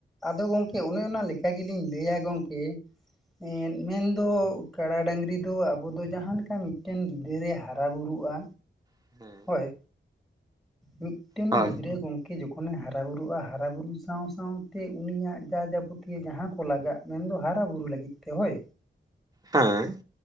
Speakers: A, in the centre; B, on the right (about 20°).
A: ᱟᱫᱚ ᱜᱚᱢᱠᱮ ᱚᱱᱮ ᱚᱱᱟ ᱞᱮᱠᱟ ᱜᱮᱞᱤᱧ ᱞᱟᱹᱭᱟ ᱜᱚᱢᱠᱮ ᱮ ᱢᱮᱱᱫᱚ ᱠᱟᱰᱟ ᱰᱟᱹᱝᱨᱤ ᱫᱚ ᱟᱵᱚ ᱫᱚ ᱡᱟᱦᱟᱸᱞᱮ ᱞᱮᱠᱟ ᱢᱤᱫᱴᱮᱱ ᱜᱤᱫᱽᱟᱹᱨᱮ ᱦᱟᱨᱟ ᱵᱩᱨᱩᱜᱼᱟ᱾
B: <inaudible>
A: ᱦᱳᱭ ᱢᱤᱫᱴᱮᱱ
B: ᱦᱳᱭ
A: ᱜᱤᱫᱽᱨᱟᱹ ᱜᱚᱝᱠᱮ ᱠᱤ ᱡᱚᱠᱷᱚᱱᱮ ᱦᱟᱨᱟ ᱵᱩᱨᱩᱜᱼᱟ ᱦᱟᱨᱟ ᱵᱩᱨᱩ ᱥᱟᱶ ᱥᱟᱶᱛᱮ ᱩᱱᱤᱭᱟᱜ ᱡᱟ ᱡᱟᱵᱚᱛᱤᱭᱚ ᱡᱟᱦᱟᱸ ᱠᱚ ᱞᱟᱜᱟᱜᱼᱟ ᱢᱮᱱᱫᱚ ᱦᱟᱨᱟ ᱵᱩᱨᱩ ᱞᱟᱹᱜᱤᱫ ᱛᱮ ᱦᱳᱭ᱾
B: ᱦᱮᱸ